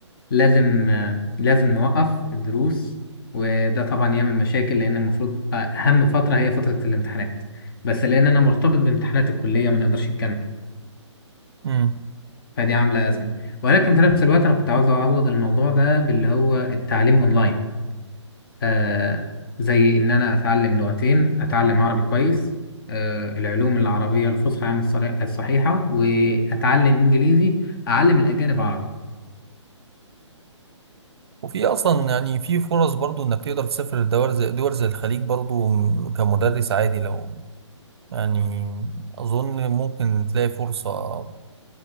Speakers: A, on the left (about 45°); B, on the right (about 55°).
A: لازم آه، لازم نوقف الدروس وده طبعا يعمل مشاكل لان المفروض آه، اهم فتره هي فتره الامتحانات بس لان انا مرتبط بامتحانات الكليه ما نقدرش نكمل
B: امم
A: فدي عاملة أزمة ولكن في نفس الوقت أنا كنت عاوز أعوض الموضوع ده باللي هو التعليم أونلاين آه زي إن أنا أتعلم لغتين أتعلم عربي كويس آه العلوم العربية الفصحى يعني الصري- الصحيحة وأتعلم إنجليزي أعلم الأجانب عربي
B: وفي اصلا يعني في فرص برضو انك تقدر تسافر لدول زي دول زي الخليج برضو م- كمدرس عادي لو يعني اظن ممكن تلاقي فرصة